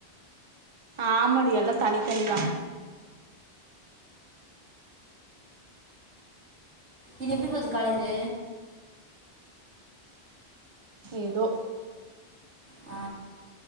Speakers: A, on the right; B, on the right.
A: ஆமாடி‌ எல்லா தனித்தனிதா
B: இது எப்டி போது காலேஜு
A: ஏதோ
B: ஆ